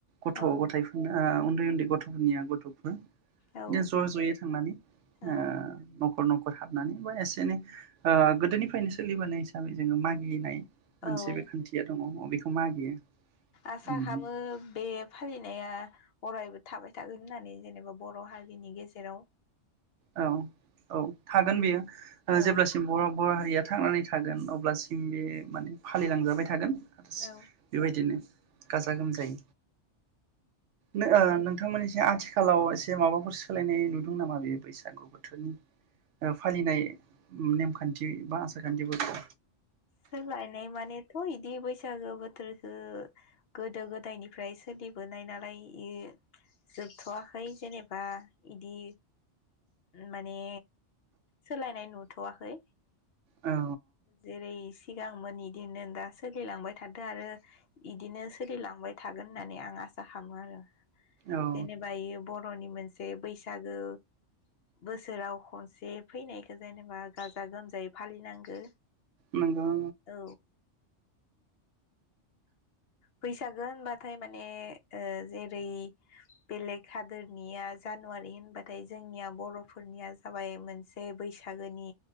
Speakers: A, on the right; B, on the left.
A: गथ'
B: औ
A: गथायफोरनाव उन्दै उन्दै गथ'फोरनिया गथ'फोर
B: औ
A: दियो ज' ज'यै थांनानै ओ
B: औ
A: न' खर न'खर हाबनानै बा एसे एनै ओ गोदोनिफ्रायनो सोलिबोनाय हिसाबै जोङो मागिनाय मोनसे
B: औ
A: बे खान्थिया दङ। अबेखौ मागियो
B: आसा
A: उम
B: खामो बे फालिनाया अरायबो थाबाय थागोन होननानै जेनेबा बर' हारिनि गेजेराव
A: औ औ थागोन बेयो ओ
B: औ
A: जेब्लासिम बर' बर' हारिया थांनानै थागोन अब्लासिम बे माने फालिलांजाबाय थागोन आरस
B: औ
A: बेबायदिनो गाजा गोमजायै नो ओ
B: औ
A: नोंथांमोननि जे आथि खालाव एसे माबाफोर सोलायनाय नुदों नामा बेयो बैसा सागु बोथोरनि ओ फालिनाय नेमखान्थि बा आसार खान्थिफोरखौ।
B: सोलायनाय मानेथ' इदि बैसागो बोथोरखो गोदो गोदायनिफ्राय सोलिबोनाय नालाय इ जोबथ'वाखै जेनेबा इदि माने सोलायनाय नुथ'वाखै।
A: औ
B: जेरै सिगांमोन इदिनो दा सोलिलांबाय थादो आरो इदिनो सोलिलांबाय थागोन होननानै आं आसा खामो आरो।
A: औ
B: जेनेबा इ बर र'नि मोनसे बैसागो बोसोराव खनसे फैनायखो जेनेबा गाजा गोमजायै फालिनांगो।
A: नंगौ
B: औ बैसागो होनबाथाय माने ओ जेरै बेलेग हादोरनिया जानुवारि होनबाथाय जोंनिया बर'फोरनिया जाबाय मोनसे बैसागोनि